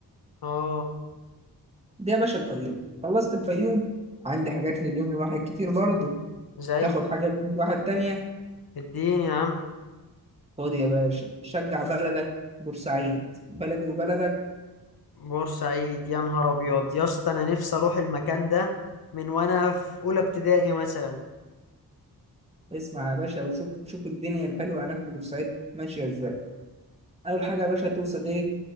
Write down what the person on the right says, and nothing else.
دي يا باشا الفيوم خلصت الفيوم عندي حاجات لليوم الواحد كتير برضه
تاخد حاجة لكل واحد تانية
خد يا باشا شجع بلدك بورسعيد بلدي وبلدك
بورسعيد.
اسمع يا باشا وشوف شوف الدنيا الحلوة هناك في بورسعيد ماشية ازاي أول حاجة يا باشا توصل ايه